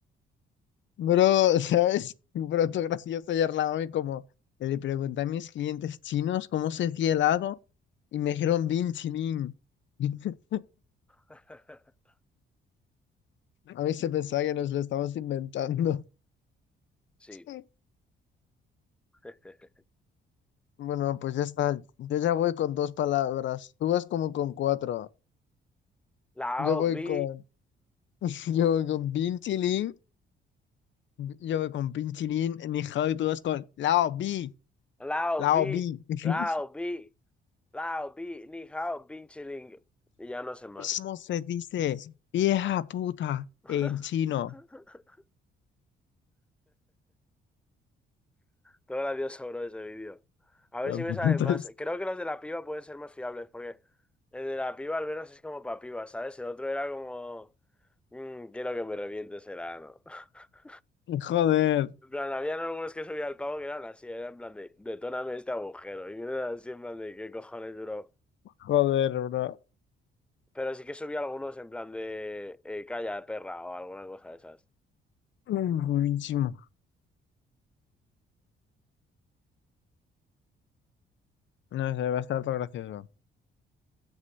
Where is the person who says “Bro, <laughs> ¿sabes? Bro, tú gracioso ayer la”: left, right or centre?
Left